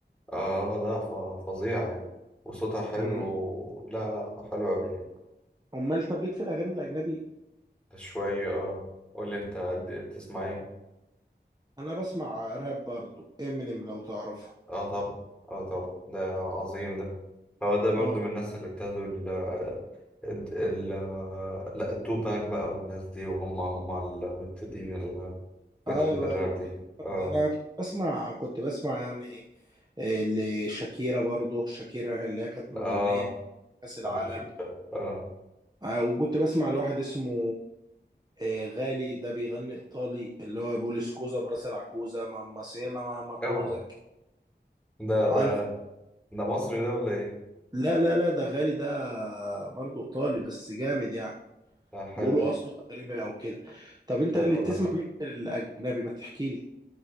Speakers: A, in the centre; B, on the right (about 20°).
A: اه لا ف- فظيعة يعني وصوتها حلو
B: امم
A: و- لا لا حلو أوي يعني
B: امال طب ليك في الاغاني الاجنبي
A: شوية اه قول لي أنت اللي بتسمع إيه
B: انا بسمع راب برضو امينيم لو تعرفه
A: اه طبعا اه طبعا ده عظيم ده هو ده برضو
B: اه
A: من الناس اللي ابتدوا ال ال ال- لا التوباك بقى والناس دي وهم هم المبتدئين ال- فكرة
B: ايوه
A: الراب
B: ايوه
A: دي
B: بالظبط
A: اه
B: انا كنت بسمع كنت بسمع يعني آه، لشاكيرا برضو شاكيرا اللي هي كانت مغنيه
A: اه
B: في كاس
A: بتاعت
B: العالم
A: الفيفا اه
B: آه، وكنت بسمع لواحد اسمه آه، غالي ده بيغني ايطالي اللي هو بيقول سكوزا براس العكوزه ماما سيما ماما كوزا
A: اوعى ده
B: عارف
A: ده ده مصري ده ولا ايه؟
B: لا لا لا ده غالي ده برضو ايطالي بس جامد يعني
A: آه حلو
B: بيقولوا اصله مغربي او كده طب انت
A: حلو
B: اللي بتسمع
A: والله
B: مين الاجنبي ما تحكي لي